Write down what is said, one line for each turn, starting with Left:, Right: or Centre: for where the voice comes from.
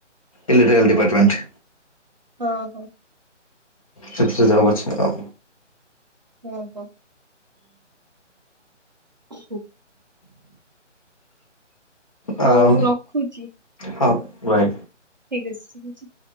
Left: ଇଲେକ୍ଟ୍ରିକଲ
Right: ହଁ
Left: ଡିପାର୍ଟମେଣ୍ଟ।
Right: ହଁ ହଁ ହଁ
Left: ସେଥି ଯବ୍ ଅଛିତ?
Right: ଓ ହୋ। ହ ହଉ
Left: ଆଉ
Right: ମୁଁ ରଖୁଛି
Left: ହଁ ବାଏ।
Right: ଠିକ୍ ଅଛି ଠିକ ଅଛି।